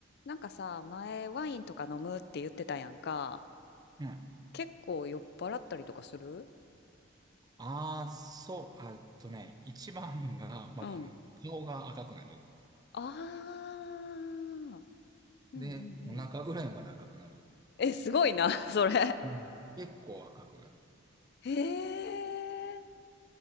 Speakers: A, on the left; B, on the right.
A: なんかさ、前ワインとか飲むって言ってたやんか。
B: うん。
A: 結構酔っ払ったりとかする
B: ああ、そう、あえっとね、一番が、まだあの、
A: うん。
B: 顔が赤くなる。
A: ああ、うんうんうん。
B: で、お腹ぐらいまで赤くなる。
A: え、すごいな、<laughs> それ。
B: うん。結構赤くなる。
A: へえ。